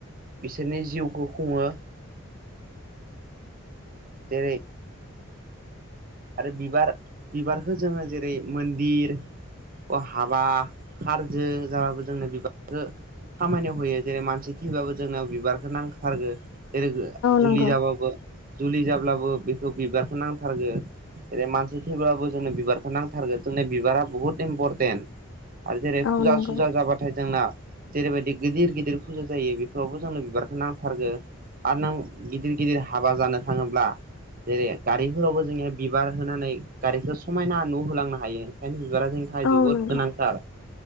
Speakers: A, on the right; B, on the left.
A: बिसोरनि जिउखौ खुङो जेरै आरो बिबार बिबारखौ जोङो जेरै मन्दिर अ हाबा खारजो जाबाबो जोंनो बिबारखौ खामानियाव होयो जेरै मानसि थैबाबो जोंनियाव बिबारखौ नांथारगो। जेरै गो जुलि
B: नंगौ
A: जाबाबो जुलि जाब्लाबो बेखौ बिबारखो नांथारगो। जेरै मानसि थैब्लाबो जोंनो बिबारखौ नांथारगो जोंनिया बिबारा बुहुत इनपरटेन्ट आरो जेरै
B: औ
A: फुजा
B: नंगौ
A: सुजा जाबाथाय जोंना जेरैबायदि गिदिर गिदिर फुजा जायो बेफोरावबो जोंनो बिबारखो नांथारगो। आरो नों गिदिर गिदिर हाबा जानो थाङोब्ला जेरै गारिफोरावबो जोंना बिबार होनानै गारिखो समायना न' होलांनो हायो ओंखायनो बिबारा जों थाय
B: औ
A: जोबोद
B: नंगौ
A: गोनांथार